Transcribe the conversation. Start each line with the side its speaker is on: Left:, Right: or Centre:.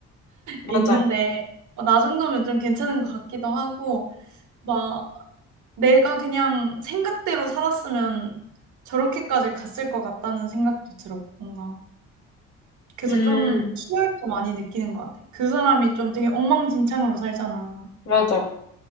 Left: 맞아.
Right: 있는데 어 나 정도면 좀 괜찮은 것 같기도 하고 막 내가 그냥 생각대로 살았으면 저렇게까지 갔을 것 같다는 생각도 들어 뭔가. 그래서
Left: 음,
Right: 좀 희열도 많이 느끼는 것 같아. 그 사람이 좀 되게 엉망진창으로 살잖아.
Left: 맞아.